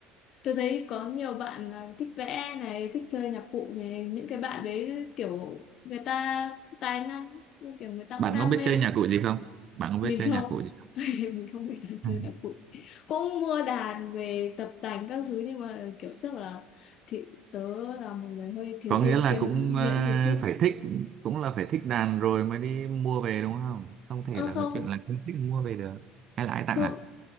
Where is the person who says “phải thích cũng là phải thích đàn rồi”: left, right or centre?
Right